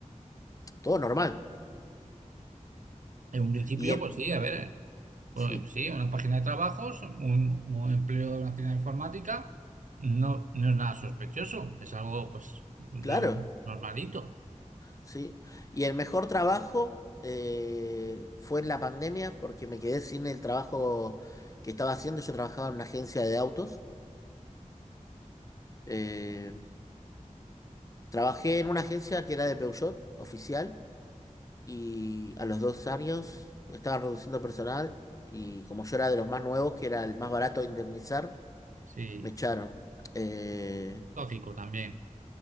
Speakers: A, on the left; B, on the right.
A: Todo normal.
B: En un principio,
A: Y el,
B: pues sí, a ver, eh, bueno,
A: sí,
B: eh, sí, una página de trabajos, un, un empleo de una tienda de informática, no, no es nada sospechoso, es algo, pues, lo
A: claro,
B: normalito,
A: sí. Y el mejor trabajo eh, fue en la pandemia porque me quedé sin el trabajo que estaba haciendo. Yo trabajaba en una agencia de autos. Eh, trabajé en una agencia que era de Peugeot, oficial, y a los dos años estaba reduciendo personal. Y como yo era de los más nuevos, que era el más barato de indemnizar,
B: sí,
A: Me echaron. Eh,
B: lógico también,